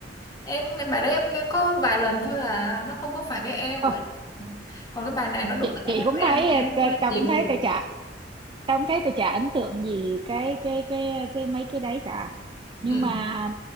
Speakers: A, on the left; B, on the right.
A: em, em bài đấy em nghe có vài lần thôi à nó không có phải cái e
B: Không,
A: của em còn cái bài này nó đụng
B: chị
A: cái
B: chị
A: e của
B: cũng thấy
A: em em
B: ờ,
A: cũng
B: ta-
A: nghe
B: tao
A: nhiều
B: cũng thấy tao chả tao cũng thấy tao chả ấn tượng gì cái cái cái cái mấy cái đấy cả nhưng
A: ừ,
B: mà